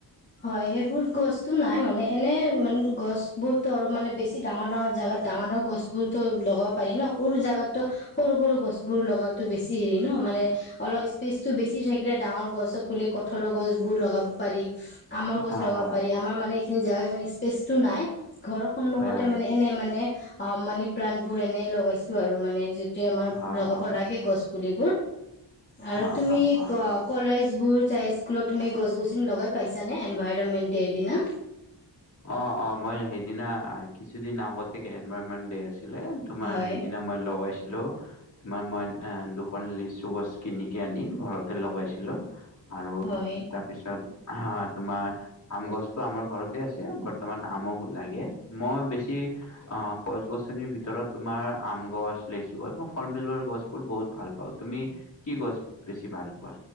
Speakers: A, on the left; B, on the left.
A: হয় সেইবোৰ গছতো নাই মানে এনে মানে গছ বোৰতো অলপ মানে বেছি ডাঙৰ ডাঙৰ জোগাত ডাঙৰ ডাঙৰ গছ বোৰতো লগাব পাৰি ন সৰু জেগাতো সৰু সৰু গছ বোৰ লগাটো বেছি হেৰি ন মানে অলপ স্পেচটো বেছি থাকিলে ডাঙৰ গছৰ পুলি কঠলৰ গছ বোৰ লগাব পাৰি। আমৰ গছ
B: আহ
A: লগাব পাৰি আমাৰ মানে খিনি জেগাত মানে স্পেচ টো নাই ঘৰৰ সন্মুখতে
B: হয় হয়
A: মানে এনেই মানে অ মানে প্ৰাণবোৰ এনেই লগাইছো আৰু মানে সেইটো আমাৰ
B: অ'
A: লগাব
B: অ'
A: লাগে গছ পুলিবোৰ আৰু
B: অ'
A: তুমি
B: অ' অ'।
A: ক কলেজ বোৰ চাই স্কুলত তুমি গছ গছনি লগাই পাইছানে এনভাইৰনমেণ্ট দে দিনা
B: অ অ মই সেইদিনা কিছুদিন আগতে এনভাৰৰমেন্ট ডে আছি ছিলে তোমাৰ
A: হয়
B: সেইদিনা মই লগাইছিলো লো তোমাৰ মই এ দুখন লিচু গছ কিনিকে আনি ঘৰতে লগাইছিলো আৰু
A: হয়।
B: তাৰপিছত হা তোমাৰ আম গছতো আমাৰ ঘৰত তে আছে বৰ্তমান আমো লাগে মই বেছি গছ-গছনিৰ ভিতৰত তোমাৰ আম গছ, লেচু গছ এই মই ফল-মূলৰ গছবোৰ বহুত ভাল পাওঁ। তুমি কি গছ বেছি ভাল পোৱা?